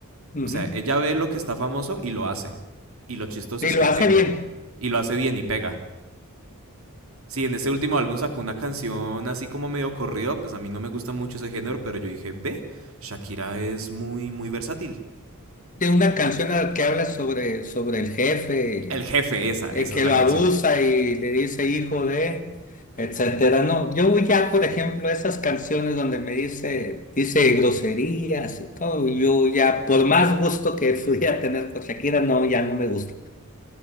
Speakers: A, on the left (about 35°); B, on the right (about 70°).
A: Ujú.
B: O sea, ella ve lo que está famoso y lo hace. Y lo chistoso
A: Y
B: es
A: lo
B: que
A: hace
B: pega.
A: bien.
B: Y lo hace bien y pega. Sí, en ese último álbum sacó una canción así como medio corrido, pues a mí no me gusta mucho ese género, pero yo dije, ve, Shakira es muy, muy versátil.
A: Tiene una canción a- que habla sobre, sobre el jefe,
B: El jefe, esa,
A: eh,
B: esa
A: que
B: es la
A: lo
B: canción.
A: abusa y le dice hijo de, etcétera. No, yo ya, por ejemplo, esas canciones donde me dice, dice groserías y todo, yo ya, por más gusto que <laughs> pudiera tener por Shakira, no, ya no me gusta.